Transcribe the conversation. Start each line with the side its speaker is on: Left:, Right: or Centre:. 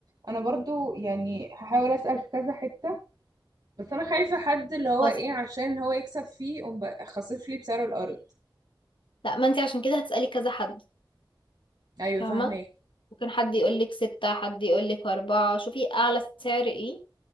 Right: أنا برضو يعني هحاول أسأل في كذا حتة بس أنا خايفة حد اللي هو
Left: خلاص
Right: إيه عشان هو يكسب فيه يقوم بقى خاصف لي بسعر الأرض
Left: لا ما انتي عشان كده هتسألي كذا حد
Right: أيوه
Left: فاهمة
Right: فاهماك
Left: ممكن حد يقولك ستة حد يقولك أربعة شوفي أعلى سعر ايه